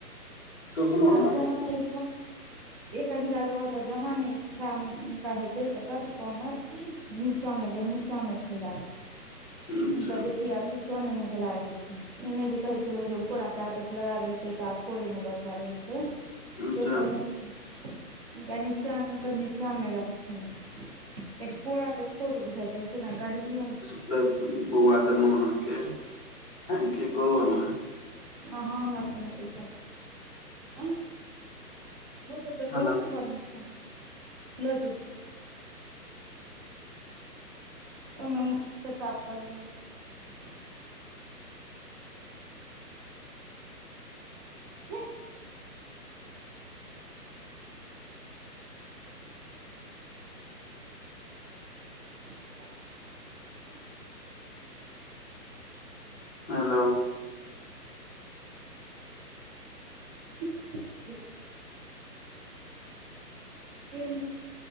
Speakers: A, on the left (about 40°); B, on the right (about 15°).
A: कखनो
B: आब
A: ने
B: जहाँ नहि कनिकाल रहत तऽ जहाँ ने इच्छा उनका हेतै तत कानत नीचा मे दे नीचामे खेलनि
A: अच्छा
B: <inaudible> हनक बेसी आ नीचे मे नीक लागे छै ई नहि जे कहे छै लोग ज कोरा के आदत लगा देलकै तऽ आब कोरे मे बच्चा रहै छै
A: अच्छा
B: से सब नै छै नीचामे तऽ नीचामे रखथिन ए कोरा तऽ छोट बुझाइत रहै छै नऽ गर्मियो
A: त बौआ देलहुँ अहाँके थेंक यू कहू आब हमरा
B: हँ हँ मैथिली <unintelligible> आ भोजन
A: हमरा
B: तऽ ओकर घरमे छै, ल जो। <unintelligible> <inaudible> <inaudible>
A: हेलो
B: <inaudible> एमे